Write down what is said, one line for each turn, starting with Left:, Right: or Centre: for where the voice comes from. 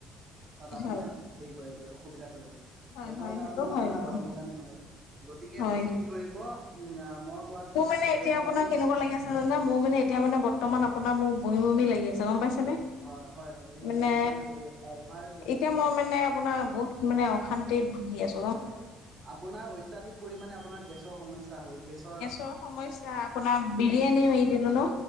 Right: তাত আপোনাৰ
Left: হয়
Right: হেৰি কৰেগৈ অসুবিধা কৰেগৈ।
Left: হয়
Right: পেটৰ
Left: হয়
Right: কাৰণটো
Left: সেইটো হয়
Right: আপোনাৰ
Left: বাৰু
Right: গৰমৰ কাৰণে হয়, গতিকে
Left: হয়।
Right: আপুনি কি কৰিব উম, আ, মই কোৱা ঠিক
Left: মোৰ মানে
Right: সেইদৰে
Left: এতিয়া আপোনাৰ
Right: আপুনি
Left: কেনেকুৱা লাগি আছ মোৰ মানে এতিয়া মানে বৰ্তমান আপোনাৰ মোৰ বমি, বমি লাগি আছে গম পাইছেনে?
Right: হয় হয় হয় সেইয়া
Left: মানে,
Right: আপোনাৰ অভাৰ
Left: এতিয়া মই মানে আপোনাৰ বহুত মানে অশান্তিত ভুগি আছ
Right: হয়, হয়, আপোনাৰ অত্যাধিক পৰিমাণে আপোনাৰ গেছৰ সমস্যা হয়, গেছ
Left: গেছৰ সমস্যা, আপোনাৰ বিৰিয়ানী মাৰি দিলো ন'।